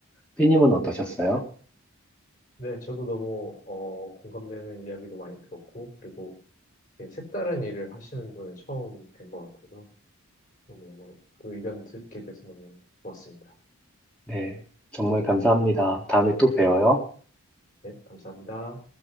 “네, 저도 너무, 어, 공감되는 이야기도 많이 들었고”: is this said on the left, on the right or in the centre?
Left